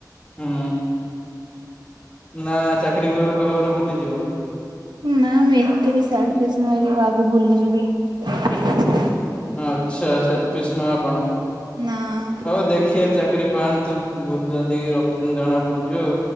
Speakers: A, on the left; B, on the right.
A: ହୁଁ ନା ଚାକିରୀ କଲା ପରେ ଭୁଲିଯିବ।
B: ନା ମୁଁ ଏତେ ବି ସେଲଫିସ ନୁହେଁ କି କାହାକୁ ଭୁଲି ଯିବି।
A: ଆଚ୍ଛା ସେଲଫିସି ନୁହେଁ ଆପଣ
B: ନା।
A: ହଉ ଦେଖିଆ ଚା କିରି ପାଆନ୍ତୁ ଭୁଲଚନ୍ତି କି ରଖୁଚନ୍ତି ଜଣା ପଡୁ ଯିବ